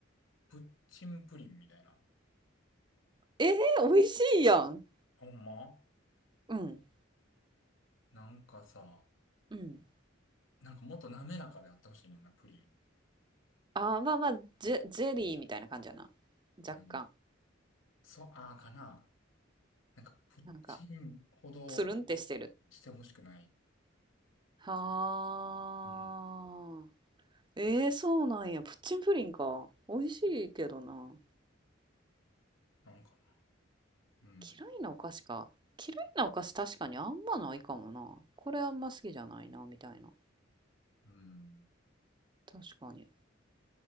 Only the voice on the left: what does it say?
プッチンプリンみたいな。
ほんま
なんかさ、
なんかもっと滑らかであってほしいねんな、プリン。
えー、そう、ああかな。なんか、プッチンほど
してほしくない。
うん。
うん。なんかな。うん。
うん。